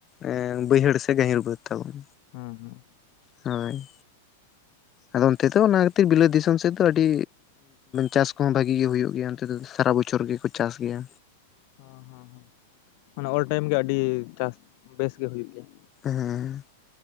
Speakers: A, on the left (about 25°); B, on the left (about 50°).
A: ᱮ ᱵᱟᱹᱭᱦᱟᱹᱲ ᱥᱮ ᱜᱟᱹᱦᱤᱨ ᱵᱟᱹᱫ ᱛᱟᱵᱚᱱ᱾
B: ᱦᱩᱸ, ᱦᱩᱸ,
A: ᱦᱳᱭ,
B: <unintelligible> <inaudible>
A: ᱟᱫᱚ ᱚᱱᱛᱮ ᱫᱚ ᱚᱱᱟ ᱠᱷᱟᱹᱛᱤᱨ ᱵᱤᱞᱟᱹᱛ ᱫᱤᱥᱚᱢ ᱥᱮᱫ ᱫᱚ ᱟᱹᱰᱤ, ᱪᱟᱥ ᱠᱚᱦᱚᱸ ᱵᱷᱟᱜᱤ ᱜᱮ ᱦᱩᱭᱩᱜ ᱜᱮᱭᱟ ᱚᱱᱛᱮ ᱫᱚ ᱥᱟᱨᱟ ᱵᱚᱪᱷᱚᱨ ᱜᱮᱠᱚ ᱪᱟᱥ ᱜᱮᱭᱟ,
B: ᱦᱚ, ᱦᱮᱸ, ᱦᱮᱸ, ᱢᱟᱱᱮ ᱚᱞ ᱴᱟᱭᱤᱢ ᱜᱮ ᱟᱹᱰᱤ ᱪᱟᱥ ᱵᱮᱥ ᱜᱮ ᱦᱩᱭᱩᱜ ᱜᱮᱭᱟ᱾
A: ᱦᱮᱸ,